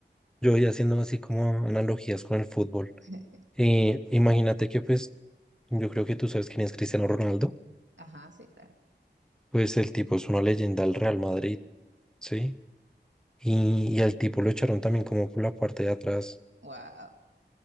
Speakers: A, in the centre; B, on the right.
A: Yo voy haciendo así como analogías con el fútbol.
B: <laughs>
A: Eh, imagínate que pues, yo creo que tú sabes quién es Cristiano Ronaldo.
B: Ajá, sí, claro.
A: Pues el tipo es una leyenda del Real Madrid, ¿sí? y, y al tipo lo echaron también como por la parte de atrás.
B: Wow.